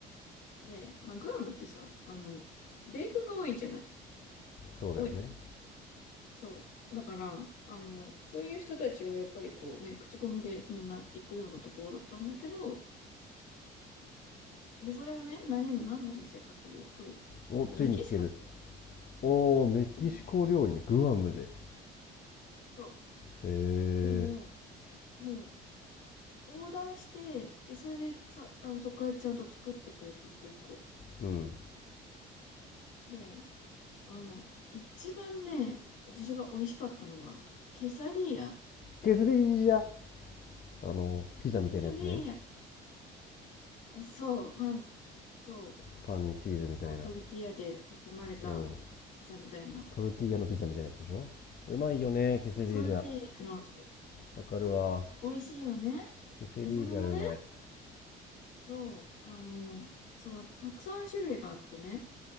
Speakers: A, on the left; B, on the left.
A: で、まあグアムってさ、あの、米軍が多いじゃない。
B: そうだよね。
A: 多いのよそう。だから、あの、そういう人たちはやっぱりこうね、口コミでみんな行くようなところだったんだけど、で、それがね、何、何のお店かっていうと、
B: お、
A: あの、
B: ついに聞ける。
A: メキシカンのお店。
B: おー、メキシコ料理ね、
A: うん。そう
B: グアムで。へ
A: そ
B: え、
A: う。でも、もう、オーダーして、で、それでさ、あの、そこからちゃんと作ってくれて、一個一個。
B: うん。
A: で、あの、一番ね、私が美味しかったのが、ケサディーヤ。
B: ケセディジじゃ。あの、ピザみたいなやつね。
A: ケサディーヤ。そう、パン、そう、
B: パンにチーズみたいな。
A: そう、トルティーヤで挟まれたピザみたいな。
B: うん。トルティーヤのピザみたいなやつでしょうまいよね、
A: そう、
B: ケセディージャ。
A: トルティーヤの、そう、
B: わかるわ。
A: <laughs> 美味しいよね。
B: ケセディージャうまい。
A: で、それもね、そう、あの、その、たくさん種類があってね、